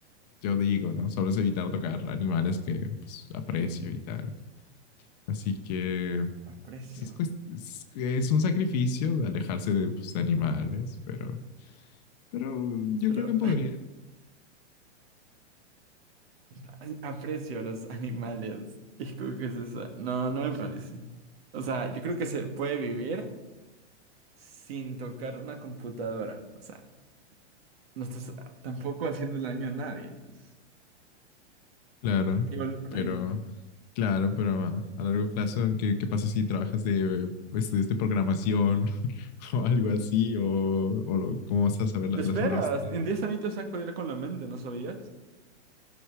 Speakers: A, on the left; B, on the right.
A: Yo digo, ¿no? Solo es evitar tocar animales que pues, aprecio y tal. Así que
B: Aprecio.
A: pues, es, cuest- es, es un sacrificio de alejarse de pues, de animales, pero, pero yo
B: Pero
A: creo que podría,
B: <laughs> al- aprecio a los animales. Y escoges esa. No, no me parece. O sea, yo creo que se puede vivir sin tocar una computadora. O sea, no estás tampoco haciendo daño a nadie, entonces.
A: claro,
B: Igual por
A: pero...
B: ahí.
A: Claro, pero a, a largo plazo, ¿qué, qué pasa si trabajas de, estudias de programación <laughs> o algo así? ¿O, o lo- cómo vas a saber las,
B: Te esperas.
A: las nuevas?
B: En 10 añitos saco con la mente, ¿no sabías?